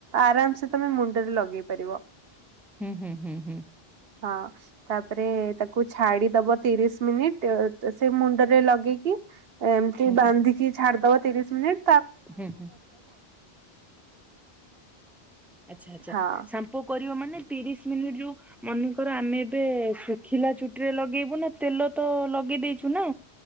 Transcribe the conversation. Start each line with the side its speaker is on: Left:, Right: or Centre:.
Right: ଆରାମ ସେ ତମେ ମୁଣ୍ଡରେ ଲଗେଇ ପାରିବ।
Centre: ହୁଁ-ହୁଁ-ହୁଁ-ହୁଁ।
Right: ହଁ। ତାପରେ ତାକୁ ଛାଡି ଦବ ତିରିଶ ମିନିଟ ସେ ମୁଣ୍ଡରେ ଲଗେଇକି। ଏମିତି
Centre: ହୁଁ
Right: ବାନ୍ଧିକି ଛାଡିଦବ ତିରିଶ ମିନିଟ୍।
Centre: ହ ହ ଆଚ୍ଛା ଆଚ୍ଛା।
Right: ହଁ।
Centre: କରିବ ମାନେ ତିରିଶ ମିନିଟ୍ ଯୋଉ ମନେକର ଆମେ ଏବେ ଶୁଖିଲା ଚୁଟିରେ ଲଗେଇବୁ ନା ତେଲ ତ ଲଗେଇ ଦେଇେଇଛୁ ନା।